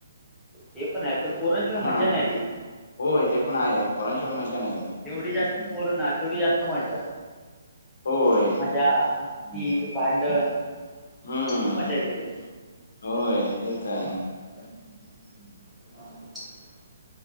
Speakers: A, in the centre; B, on the left.
A: ते पण आहे पण पोरांशिवाय
B: हा
A: मज्जा नाही रे
B: होय ते पण आहे पोरांशिवाय
A: जेव
B: मज्जा नाही
A: जेवढी जास्त पोरं तेवढी जास्त मज्जा.
B: होय
A: मज्जा मस्ती भांडण इनौडिबल
B: हम्म
A: खूप मजा ययेत रे
B: होय तेच आहे
A: इनऑडिबल